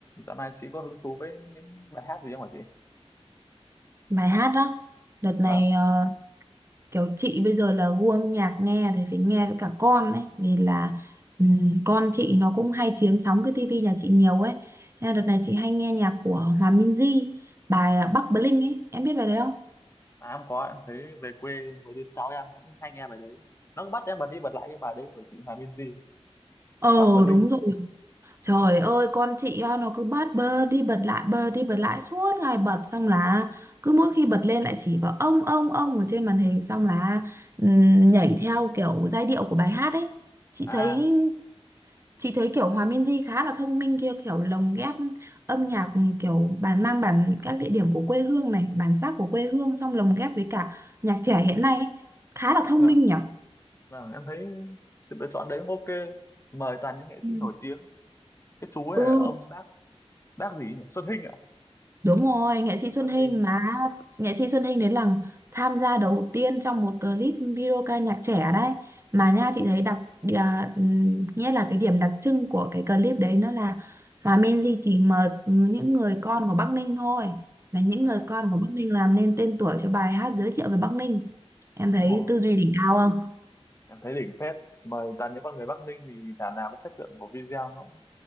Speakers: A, on the left (about 25°); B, on the right (about 25°).
A: dạo này chị có hứng thú với những bài hát gì không hả chị
B: bài hát đó đợt này
A: vâng
B: ờ, kiểu chị bây giờ là gu âm nhạc nghe thì phải nghe với cả con ấy vì là ừm, con chị nó cũng hay chiếm sóng cái tivi nhà chị nhiều ấy Nên là đợt này chị hay nghe nhạc của Hòa Minzy bài à, Bắc Bling ấy em biết bài đấy không
A: à, em có em thấy về quê mấy đứa cháu em nó cũng hay nghe bài đấy nó cứ bắt em bật đi bật lại cái bài đấy của chị Hòa Minzy
B: ờ
A: Bắc Berlin
B: đúng rồi trời ơi con chị à, nó cứ bắt bơ đi bật lại bơ đi bật lại suốt ngày bật xong là cứ mỗi khi bật lên lại chỉ vào ông ông ông ở trên màn hình xong là ừm, nhảy theo kiểu giai điệu của bài hát ấy chị
A: à
B: thấy Chị thấy kiểu Hòa Minzy khá là thông minh kia kiểu lồng ghép âm nhạc kiểu bản mang bản các địa điểm của quê hương này, bản sắc của quê hương xong lồng ghép với cả nhạc trẻ hiện nay ấy. Khá là thông
A: vâng
B: minh nhở
A: vâng em thấy sự lựa chọn đấy cũng ok mời toàn những nghệ sĩ
B: Ừ.
A: nổi tiếng cái chú ấy
B: Ừ
A: là ông bác bác gì ấy nhỉ Xuân Hinh ạ
B: Đúng rồi, nghệ sĩ
A: à?
B: Xuân
A: Xuân
B: Hinh
A: Hinh
B: mà nghệ sĩ Xuân Hinh đến là tham gia đầu tiên trong một clip video ca nhạc trẻ đấy. Mà nha chị thấy đặc à, ừm, nghĩa là cái điểm đặc trưng của cái clip đấy nó là Hòa Minzy chỉ mời những người con của Bắc Ninh thôi. Là những
A: à
B: người con của Bắc Ninh làm nên tên tuổi cho bài hát giới thiệu về Bắc Ninh. Em
A: đúng
B: thấy
A: rồi
B: tư duy đỉnh cao
A: em thấy đỉnh phết mời toàn những con người Bắc Ninh thì thảo nào cái chất lượng của video nó cũng-